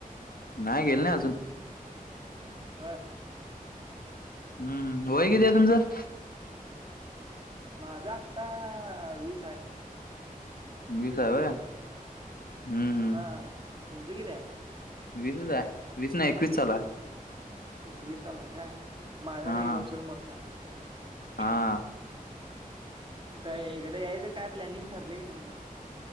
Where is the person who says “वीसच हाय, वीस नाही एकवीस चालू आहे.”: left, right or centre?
Left